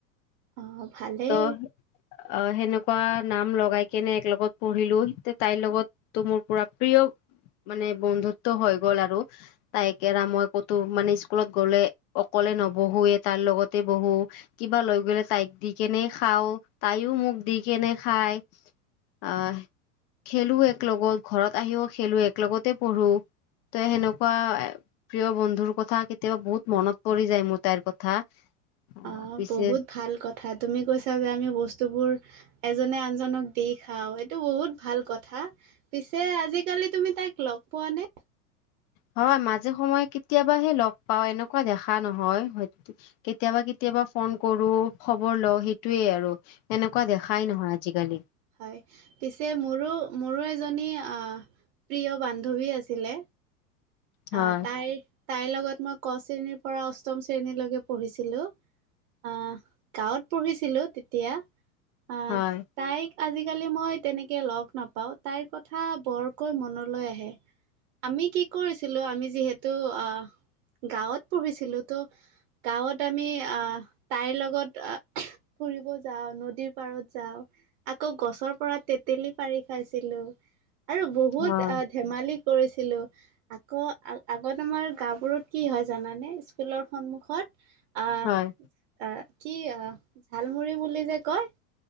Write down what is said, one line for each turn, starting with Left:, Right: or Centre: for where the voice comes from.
Right: অ', ভালেই।
Left: ত- অঁ সেনেকুৱা নাম লগাই কেনে এক লগত পঢ়িঁলো। তাইৰ লগত- তটো মোৰ পুৰা প্ৰিয় মানে বন্ধুত্ব হৈ গ'ল আৰু। তাই কেৰা মই ক'তো মানে স্কুলত গলে অকলে নবহোৱে তাৰ লগতে বহো। কিবা লৈ গলে তাইক দি কেনে খাওঁ, তাইও মোক দি কেনে খায়। আহ খেলো এক লগত, ঘৰত আহিও খেলো, এক লগতে পঢ়োঁ। ত সেনেকুৱা প্ৰিয় বন্ধুৰ কথা কেতিয়াবা বহুত মনত পৰি যায় মোৰ। তাইৰ কথা। আহ
Right: অঁ
Left: পিছে
Right: বহুত ভাল কথা, তুমি কৈছা যে আমি বস্তুবোৰ- এজনে আনজনক দি খাওঁ এইটো বহুত ভাল কথা। পিছে আজিকালি তুমি তাইক লগ পোৱা নে?
Left: হয়, মাজে সময়ে কেতিয়াবাহে লগ পাওঁ, এনেকুৱা দেখা নহয় হয়তো। কেতিয়াবা কেতিয়াবা ফোন কৰো, খবৰ লওঁ সেইটোয়ে আৰু। এনেকুৱা দেখাই নহয় আজিকালি।
Right: হয়, পিছে মোৰো মোৰো এজনী প্ৰিয় বান্ধৱী আছিলে।
Left: হয়
Right: আহ তাইৰ তাইৰ লগত মই ক শ্ৰেণীৰ পৰা অষ্টম শ্ৰেণীলৈকে পঢ়িছিলোঁ। আহ গাঁৱত পঢ়িছিলোঁ তেতিয়া আহ-
Left: হয়
Right: তাইক আজিকালি মই তেনেকৈ লগ নাপাওঁ, তাইৰ কথা বৰকৈ মনলৈ আহে। আমি কি কৰিছিলো আমি যিহেতু আহ গাঁৱত পঢ়িছিলোঁ তো- গাঁৱত আমি আ তাইৰ লগত- ফুৰিব যাওঁ, নদীৰ পাৰত যাওঁ- আকৌ গছৰ পৰা তেতেলী পাৰি খাইছিলোঁ। আৰু বহুত
Left: হয়
Right: ধেমালি কৰিছিলোঁ। আকৌ আগত আমাৰ গাওঁবোৰত কি হয় জানানে? স্কুলৰ সন্মুখত- আহ
Left: হয়
Right: আহ কি আহ ঝালমুৰি বুলি যে কয়-